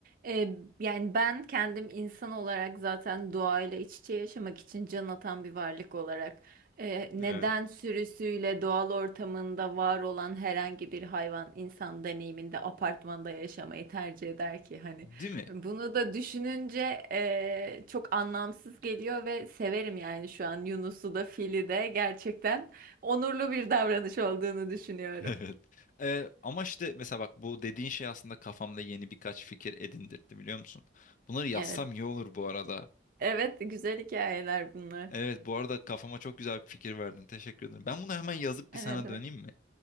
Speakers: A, on the right (about 50°); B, on the left (about 45°).
A: e, yani ben kendim insan olarak zaten doğayla iç içe yaşamak için can atan bir varlık olarak e, neden
B: Evet.
A: sürüsüyle doğal ortamında var olan herhangi bir hayvan insan deneyiminde apartmanda yaşamayı tercih eder ki? Hani
B: Değil mi? <laughs>
A: bunu da düşününce eee, çok anlamsız geliyor ve severim yani şu an Yunus'u da Fil'i de gerçekten onurlu bir davranış olduğunu düşünüyorum.
B: Evet. Ee, ama işte mesela bak bu dediğin şey aslında kafamda yeni birkaç fikir edindirtti biliyor musun? Bunları yazsam
A: Evet.
B: iyi olur bu arada.
A: Evet, güzel hikayeler bunlar.
B: Evet bu arada kafama çok güzel bir fikir verdin. Teşekkür ederim. Ben bunu hemen yazıp
A: Ha,
B: bir sana
A: Ne demek?
B: döneyim mi?